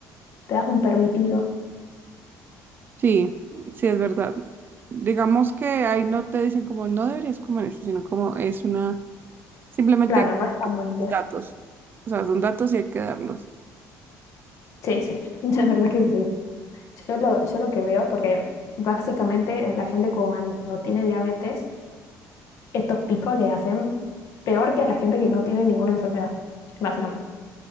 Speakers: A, on the left (about 55°); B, on the right (about 35°).
A: te das un permitido.
B: Sí, sí, es verdad. Digamos que ahí no te dicen como no deberías comer esto, sino como es una, simplemente
A: Claro, no es tan buena idea.
B: datos. O sea, son datos y hay que darlos.
A: Sí, sí, <laughs> la verdad que sí. Yo lo, yo lo que veo, porque básicamente la gente cuando tiene diabetes estos picos le hacen peor que a la gente que no tiene ninguna enfermedad, básicamente.